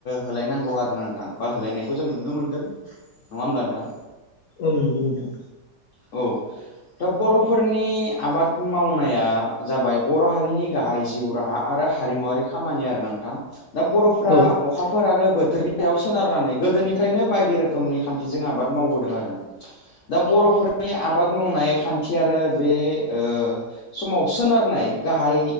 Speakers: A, on the left; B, on the left.
A: होलायनांगौ आरोना नोंथां बा होलायनायखौ जों नुनो मोनदों नङा होनबा नोंथां
B: औ नंगौ नोंथां
A: औ दा बर'फोरनि आबाद मावनाया जाबाय बर' हारिनि गाहाय जिउ राहा आरो हारिमुवारि खामानि आरो नोंथां दा बर'फोरा
B: औ
A: अखाफोर आरो बोथोरनि सायाव सोनारनानै गोदोनिफ्रायनो बायदि रोखोमनि खान्थिजों आबाद मावबोदों आरोना दा बर'फोरा बे आबाद मावनाय खान्थि आरो बे ओ समाव सोनारनाय गाहाय